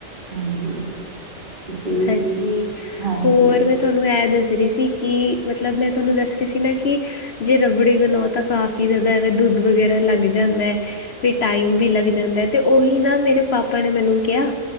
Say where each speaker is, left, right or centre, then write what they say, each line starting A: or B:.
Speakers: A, on the right (about 35°); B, on the left (about 55°).
A: ਹਾਂਜੀ ਤੁਸੀਂ ਵੀ
B: ਹਾਂਜੀ,
A: ਹਾਂਜੀ।
B: ਹੋਰ ਮੈਂ ਤੁਹਾਨੂੰ ਇਹ ਦੱਸ ਰਹੀ ਸੀ ਕਿ, ਮਤਲਬ ਮੈਂ ਤੁਹਾਨੂੰ ਦੱਸ ਰਹੀ ਸੀ ਨਾ ਕਿ ਜੇ ਰਬੜੀ ਬਣਾਓ ਤਾਂ ਕਾਫ਼ੀ ਜ਼ਿਆਦਾ ਐਵੇਂ ਦੁੱਧ ਵਗੈਰਾ ਲੱਗ ਜਾਂਦਾ ਹੈ। ਤੇ ਵੀ ਟਾਈਮ ਵੀ ਲੱਗ ਜਾਂਦਾ ਏ, ਤੇ ਉਹੀ ਨਾ ਮੇਰੇ ਪਾਪਾ ਨੇ ਮੈਨੂੰ ਕਿਹਾ